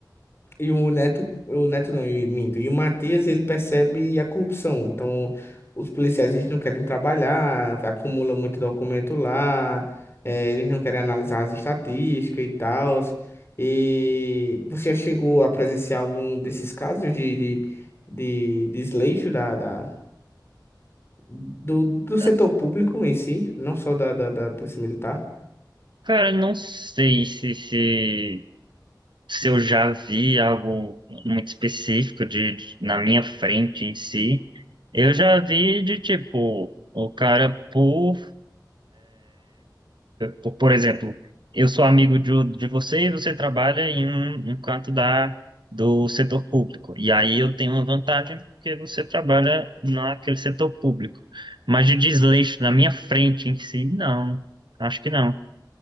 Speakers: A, on the left; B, on the right.
A: e o Neto, o Neto não, eu minto. E o Matias, ele percebe a corrupção. Então, os policiais, eles não querem trabalhar, acumulam muito documento lá, eh, eles não querem analisar as estatísticas e tal. E você já chegou a presenciar algum desses casos de, de, de desleixo da, da, do, do
B: Tá?
A: setor público em si, não só da, da, da Polícia Militar?
B: Cara, não sei se, se se eu já vi algo muito específico de, de- na minha frente em si. Eu já vi de tipo, o cara por, por, por exemplo, eu sou amigo de, de você e você trabalha em um, um canto da do setor público. E aí eu tenho uma vantagem porque você trabalha naquele setor público. Mas de desleixo na minha frente em si, não. Acho que não.